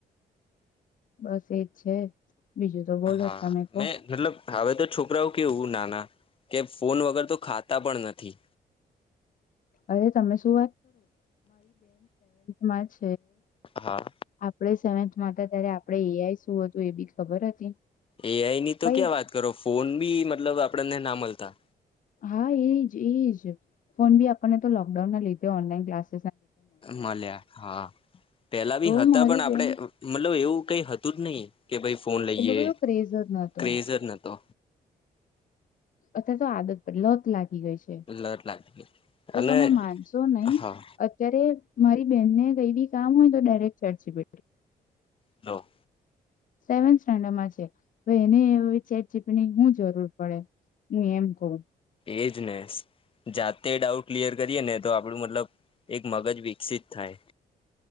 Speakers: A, on the left; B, on the left.
A: બસ એજ છે બીજું તો બોલો
B: હા
A: તમે કહો
B: મેં મતલબ હવે તો છોકરાઓ કેવું નાના કે ફોન વગર તો ખાતા પણ નથી
A: અરે તમે શું માંજ
B: હા
A: આપડે સ માતા ત્યારે આપડે એઆઈ શું હતું એ બી ખબર હતી
B: એ આઈ ની તો
A: કઈ
B: ક્યાં વાત કરો ફોન બી મ મતલબ આપડેને ના મળતા
A: હા એજ એજ ફોન બી આપણને તો લોકડાઉન ના લીધે ઓનલાઈન ક્લાસ
B: મળ્યા હા પેલા
A: તો
B: બી હતા
A: મારી
B: પણ આપડે
A: બેન
B: મતલબ એવું કઈ હતું જ નહી કે ભાઈ ફોન લઈએ
A: એટલો બધો ક્રેઝ જ નતો
B: ક્રેઝર નતો
A: અથવા તો આદત પડે લત લાગે ગ છે
B: લત લાગી ગઈ.
A: તો
B: અને
A: તમે માનશો નહી
B: હા
A: અત્યારે મારી બેનને કઈી કામ હોય તો ડાયરેક્ટ ચર્ચી પ
B: હલો
A: સેવન્ સ્ટાન્ડર્ડમાં છે એને ચેટ ચીપની હું જરૂર પડે હું એમ કઉ
B: એજ ને જાતે ડાઉટ ક્લિયર કરીએ ને તો આપણું મતલબ એક મગજ વિકસિત થાય